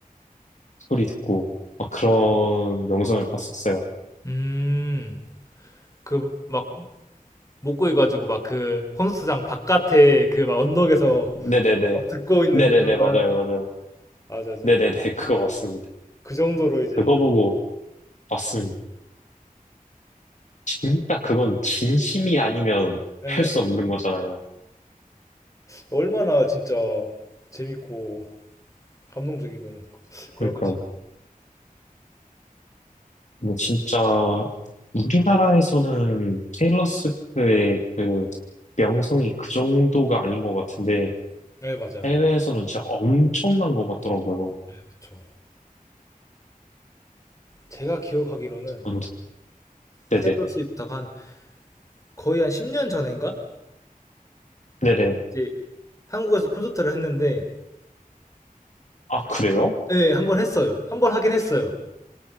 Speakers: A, on the left; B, on the left.
A: 소리 듣고 막 그런 영상을 봤었어요.
B: 음, 그 막 목구이 가지고 막 그 콘서트장 바깥에 그 막 언덕에서
A: 네네네.
B: 막 듣고 있는
A: 네네네,
B: 그런 거야.
A: 맞아요, 맞아요.
B: 맞아, 맞아.
A: 네네네, <laughs> 그거
B: 맞아.
A: 맞습니다.
B: 그 정도로 이제
A: 그거 보고 봤습니다. 진짜 그건 진심이 아니면
B: 예,
A: 할 수 없는 거잖아요.
B: 얼마나 진짜 재밌고 감동적이면 그럴
A: 그러니까,
B: 것 싶어요.
A: 뭐 진짜, 우리나라에서는 테일러 스위프트의 그 명성이 그 정도가 아닌 것 같은데,
B: 네, 맞아요, 맞아요.
A: 해외에서는 진짜 엄청난 것 같더라고요.
B: 네, 그쵸. 제가 기억하기로는
A: 아무튼, 네네.
B: 테일러 스위프트가 한 거의 한 10년 전인가?
A: 네네.
B: 이제 한국에서 콘서트를 했는데
A: 아, 그래요?
B: 예, 한 번 했어요. 한 번 하긴 했어요.